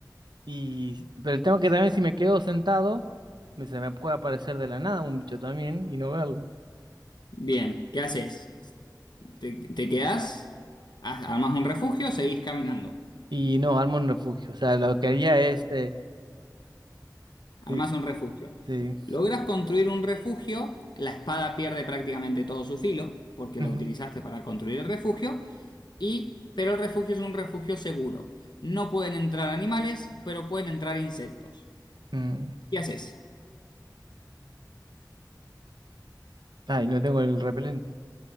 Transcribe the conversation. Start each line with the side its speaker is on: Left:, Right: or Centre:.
Right: Y, pero el tema es que también si me quedo sentado, me- se me puede aparecer de la nada un bicho también y no verlo.
Left: bien, ¿qué haces? ¿Te, te quedás? Haz- Armás un refugio, seguís caminando.
Right: Y no, armo un refugio. O sea, lo que haría es... eh,
Left: Armas
Right: sí,
Left: un refugio.
Right: sí.
Left: Logras construir un refugio, la espada pierde prácticamente todo su filo, porque
Right: ujú,
Left: la utilizaste para construir el refugio, y, pero el refugio es un refugio seguro. No pueden entrar animales, pero pueden entrar insectos.
Right: mm.
Left: ¿Qué haces?
Right: Ah, y no tengo el repelente.